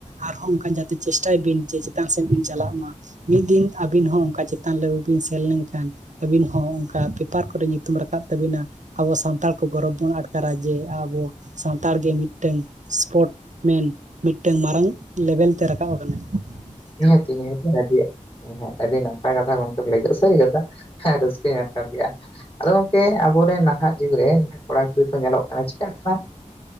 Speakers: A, on the right; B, on the left.
A: ᱟᱨᱦᱚᱸ ᱚᱱᱠᱟ ᱡᱟᱛᱮ ᱪᱮᱥᱴᱟᱭ ᱵᱤᱱ ᱡᱮ ᱪᱮᱛᱟᱱ ᱥᱮᱫ ᱵᱤᱱ ᱪᱟᱞᱟᱜ ᱢᱟ ᱾ ᱢᱤᱫ ᱫᱤᱱ ᱟᱹᱵᱤᱱ ᱦᱚᱸ ᱚᱱᱠᱟ ᱪᱮᱛᱟᱱ ᱞᱮᱵᱮᱞ ᱵᱤᱱ ᱥᱮᱱ ᱞᱮᱱᱠᱷᱟᱱ ᱟᱹᱵᱤᱱ ᱦᱚᱸ ᱚᱱᱠᱟ ᱯᱮᱯᱟᱨ ᱠᱚᱨᱮ ᱧᱩᱛᱩᱢ ᱨᱟᱠᱟᱵ ᱛᱟᱹᱵᱤᱱᱟ ᱟᱵᱚ ᱥᱟᱱᱛᱟᱲ ᱠᱚ ᱜᱚᱨᱚᱵᱽ ᱵᱚᱱ ᱟᱴᱠᱟᱨᱟ ᱡᱮ ᱟᱵᱚ ᱥᱟᱱᱛᱟᱲ ᱜᱮ ᱢᱤᱫᱴᱝ ᱥᱯᱚᱴ ᱢᱮᱱ ᱢᱤᱫᱴᱟᱝ ᱢᱟᱨᱟᱝ ᱞᱮᱵᱮᱞ ᱛᱮ ᱨᱟᱠᱟᱵ ᱟᱠᱟᱱᱟᱭ ᱾
B: ᱱᱤᱦᱟᱹᱛᱤ ᱱᱤᱦᱟᱹᱜᱮ ᱟᱹᱰᱤ ᱦᱮᱸ ᱟᱹᱰᱤ ᱱᱟᱯᱟᱭ ᱠᱟᱛᱷᱟ ᱜᱚᱝᱠᱮᱢ ᱞᱟᱹᱭ ᱠᱮᱫᱼᱟ ᱥᱟᱹᱨᱤ ᱠᱟᱛᱷᱟ ᱦᱮᱸ ᱨᱟᱹᱥᱠᱟᱹᱧ ᱟᱴᱠᱟᱨ ᱠᱮᱜ-ᱟ ᱾ ᱟᱫᱚ ᱜᱚᱝᱠᱮ ᱟᱵᱚᱨᱮᱱ ᱱᱟᱦᱟᱜ ᱡᱩᱜᱽ ᱨᱮ ᱡᱟᱦᱟᱸᱭ ᱠᱚᱲᱟ ᱠᱩᱲᱤ ᱠᱚ ᱧᱮᱞᱚᱜ ᱠᱟᱱᱟ ᱪᱤᱠᱟᱹᱜ ᱠᱟᱱᱟ